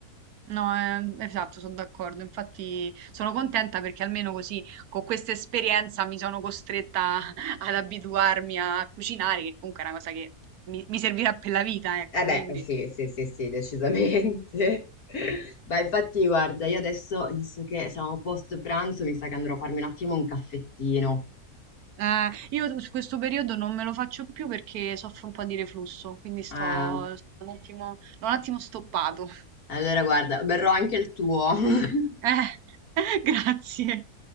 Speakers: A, on the right; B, on the left.
A: No, ehm, esatto, sono d'accordo. Infatti sono contenta perché almeno così con questa esperienza mi sono costretta <laughs> ad abituarmi a cucinare, che comunque è una cosa che mi, mi servirà per la vita, ecco,
B: Eh beh,
A: quindi.
B: eh sì, sì, sì, sì, decisamente. <laughs> Beh, infatti, guarda, io adesso, visto che siamo post pranzo, mi sa che andrò a farmi un attimo un caffettino.
A: Eh, io su questo periodo non me lo faccio più perché soffro un po' di reflusso, quindi sto,
B: Eh,
A: sto un attimo, l'ho un attimo stoppato. <laughs>
B: allora, guarda, berrò anche il tuo. <laughs>
A: Eh, <laughs> grazie.